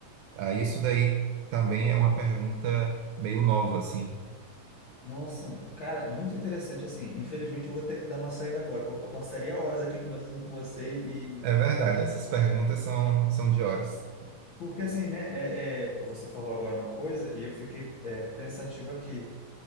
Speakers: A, on the right; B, on the left.
A: Ah, isso daí também é uma pergunta meio nova, assim.
B: Nossa, cara, é muito interessante assim. Infelizmente eu vou ter que dar uma saída agora, porque eu passaria horas aqui conversando com você e
A: É verdade, essas perguntas são, são de horas.
B: porque assim, né? É, é, você falou agora uma coisa e eu fiquei é, pensativo aqui,